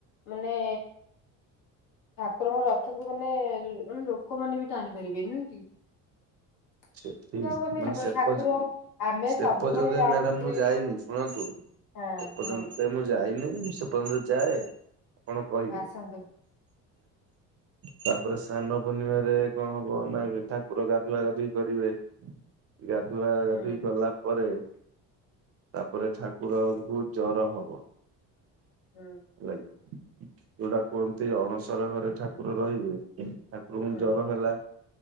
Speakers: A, on the left (about 75°); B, on the right (about 45°).
A: ମାନେ ଠାକୁରଙ୍କ ରଥକୁ ମାନେ ମାନେ ଲୋକମାନେ ବି ଟାଣି ପାରିବେ ନୁହେଁ କି? <unintelligible>
B: ସେଠି
A: ଯାଉ ମାନେ
B: ସେ
A: ଠାକୁର
B: ପର୍ଯ୍ୟ
A: ଆମେ
B: ସେ
A: ସବୁବେଳେ
B: ପର୍ଯ୍ୟନ୍ତ
A: ଯାଆନ୍ତି
B: ମ୍ୟାଡାମ
A: ପୁରୀକୁ।
B: ମୁଁ ଯାଇନି ଶୁଣନ୍ତୁ
A: ହଁ
B: ସେପର୍ଯ୍ୟନ୍ତ
A: ହଁ
B: ମୁଁ ଯାଇନି ମୁଁ ସେପର୍ଯ୍ୟନ୍ତ ଯାଏ। କଣ କହିବି
A: ଆସନ୍ତୁ
B: ତାପରେ ସାନ୍ନ ପୂର୍ଣ୍ଣିମାରେ କଣ ହବ ନା ଠାକୁର ଗାଧୁଆ ଗାଧୁଇ କରିବେ ଗାଧୁଆ
A: ହୁଁ।
B: ଗାଧୁଇ କଲା ପରେ ତାପରେ ଠାକୁରଙ୍କୁ ଜର ହବ।
A: ହଁ।
B: ହେଲାକି ଯୋଉଟା କୁହନ୍ତି ଅଣସର ଘରେ ଠାକୁର ରହିବେ ଠାକୁରଙ୍କୁ
A: ହୁଁ
B: ଜର ହେଲା